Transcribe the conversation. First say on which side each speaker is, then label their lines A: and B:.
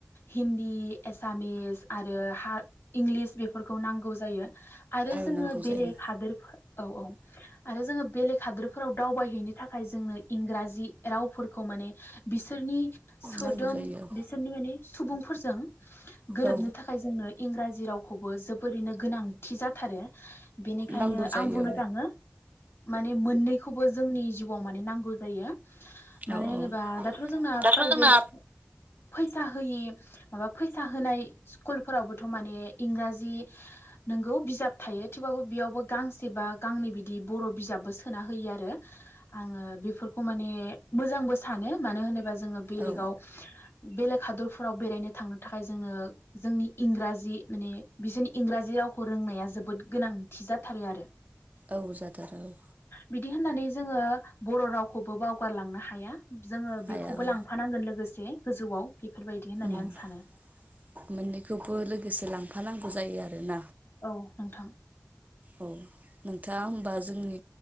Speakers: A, on the left; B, on the right.
A: हिन्दी एसामिस आरो हा इंलिस बेफोरखौ नांगौ। आरो
B: औ
A: जोङो
B: नांगौ
A: बेलेग
B: जायो
A: हादरफोराव औ औ जोङो बेलेग हादरफोराव दावबायनाय हैनो थाखाय जोंनो इंराजि जि रावफोरखौ माने बिसोरनि सोदोम
B: नांगौ जायो औ
A: बिसोरनि माने सुबुंफोरजों गोरोबनो
B: औ
A: थाखाय जोंनो इंराजि रावखौबो जोबोरैनो गोनांथि जाथारो बेनिखायनो
B: नांगौ जायो
A: आं बुंनो थाङो माने मोननैखौबो जोंनि जिउआव माने नांगौ जायो। मानो
B: औ
A: होनोबा
B: औ
A: दाथ जोंना
B: दाथ'
A: प्राइभेट
B: जोंना
A: फैसा होयि माबा फै सा होनाय स्कुलफोरावबोथ माने इंराजि नोंगौ बिजाब थायो थेवबाबो बेयावबो गांसे बा गांनै बिदि बर' बिजाबबो सोना होयो आरो। आङो बेफोरखौ माने मोजांबो सानो मानो होनोबा जों जोङो बेलेगाव
B: औ
A: बेलैग हादरफोराव बेरायनो थांनो थाखाय जोंनो जोंनि इंराजि माने बिसोरनि इंराजि रावखौ रोंनाया जोबोद गोनांथि जाथारो आरो।
B: औ जाथारो औ
A: बिदि होननानै जोङो बर' राव खौबो बावगारलांनो हाया। जोङो
B: हाया
A: बेखौबो
B: औ
A: लांफानांगोन लोगोसे गोजौआव बेफोरबायदि होननानै
B: मोननैखौबो
A: आं सानो
B: लोगोसे लांफानांगौ जायो आरो। <inaudible>
A: औ नोंथां
B: औ नोंथाङा होनबा जोंनि